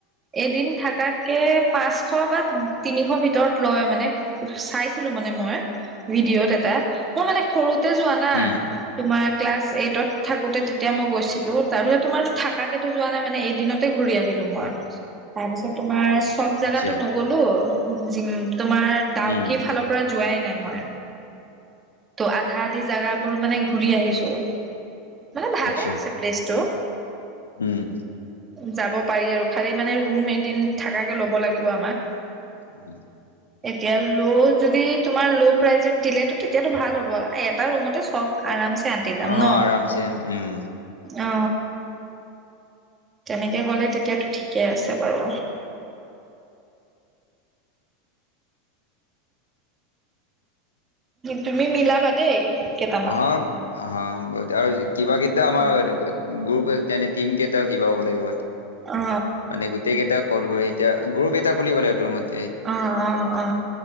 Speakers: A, on the right; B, on the left.
A: এদিন থাকাকে পাঁচশ বা তিনিশ ভিতৰত লয় মানে চাইছিলো মানে মই ভিডিঅ'ত এটা মই মানে সৰু। তে যোৱা না
B: উম
A: তোমাক। ক্লাছ এইটত থাকোঁতে তেতিয়া মই গৈছিলোঁ, তাৰপিছত তোমাৰতো থাকাকেতো যোৱা নাই মানে এদিনত ঘূৰি আহিলো মই। তাৰ পিছত তোমাৰ চব জেগাতো
B: আচ্ছা
A: নগলো। জিম, তোমাৰ ডাউকীৰ
B: উম
A: ফালৰ পৰা, যোৱাই নাই মই ত' আধা-আধি জাগাবোৰ মানে, ঘূৰি আহিছো মানে ভালে
B: আচ্ছা
A: আছে প্লেচটো।
B: উম,
A: যাব পাৰি আৰু খালি মানে ৰুম এদিন থাকাকে ল'ব লাগিব আমাক।
B: উম,
A: এতিয়া ল' যদি তোমাৰ ল' প্ৰাইজত দিলেটো তেতিয়াতো ভাল হ'ব। এটা ৰুমতে চব আৰামছে আঁতি যাম
B: হ
A: ন
B: আৰামছে উম।
A: অ, তেনেকে গলে তেতিয়াতো ঠিকেই আছে বাৰু। তুমি মিলাবা দেই। কেইটামান
B: আহা-আহা গৈ তেওঁ আৰু কিবা কেইটা আমাৰ
A: অ
B: গ্ৰ তেনে টিম কেইটাও কিবা হ'ব লাগিব।
A: অ
B: মানে গোটেই কেইটা কল কৰি এতিয়া গ্ৰুপ এ এটা খিবাগ আৰু তোৰ মত
A: অ-অ-অ,